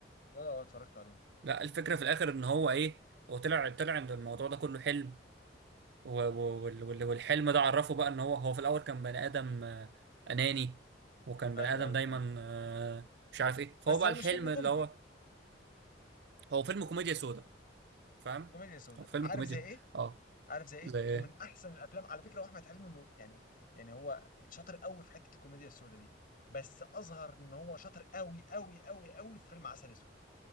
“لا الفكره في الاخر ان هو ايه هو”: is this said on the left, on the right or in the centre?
Right